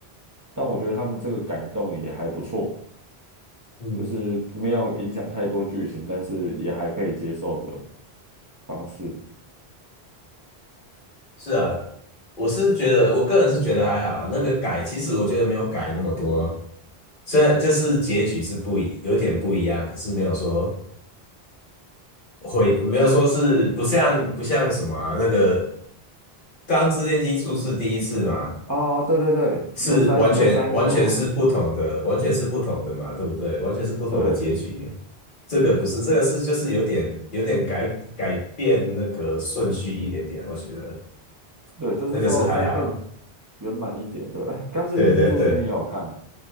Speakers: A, on the right; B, on the left.
A: 但我觉得他们这个改动也还不错。
B: 嗯，
A: 就是没有影响太多剧情，但是也还可以接受的方式。
B: 是啊，我是觉得，我个人是觉得还好啊。那个改，其实我觉得没有改那么多，虽然就是结局是不一，有点不一样，可是没有说会，没有说是不像不像什么啊，那个《钢之炼金术士》第一次嘛，
A: 哦，对对对，
B: 是完全完全是不同的，
A: 有三有三个嘛，
B: 完全是不同的嘛，对不对？完全是不同的结局。
A: 对
B: 这个不是，这个是就是有点有点改改变那个顺序一点点，我觉得
A: 对，就是稍微再更
B: 那个是还好。
A: 圆满一点。对，哎，《钢之炼金术师》你也有看啊？
B: 对对对